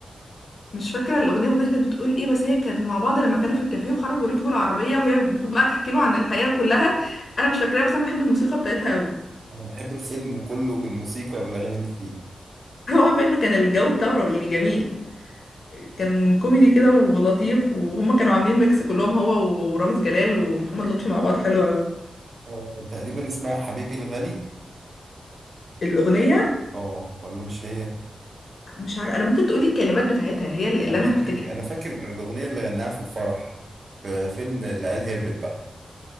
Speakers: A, on the left (about 50°); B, on the right (about 40°).
A: مش فاكره الاغنيه والله كانت بتقول ايه بس هي كانت مع بعض لما كانوا في الكافيه وخرجوا ركبوا العربيه وهي المفروض بقى تحكي له عن الحياه كلها انا مش فاكراها بس انا بحب الموسيقى بتاعتها قوي
B: أنا بحب الفيلم كله بالموسيقى بالأغاني اللي فيه
A: <laughs> هو فيلم كان الجو بتاعه رائع، يعني جميل كان كوميدي كده ولطيف وهم كانوا عاملين ميكس كلهم هو ورامز جلال ومحمد لطفي مع بعض حلو قوي
B: آه تقريبا اسمها حبيبي الغالي
A: الاغنيه
B: آه ولا مش هي
A: مش عارفه انا ممكن تقولي الكلمات بتاعتها هي اللي
B: أنا مش
A: انا
B: فاكر
A: هفتكرها
B: أنا فاكر الأغنية اللي غناها في الفرح في فيلم العيال هربت بقى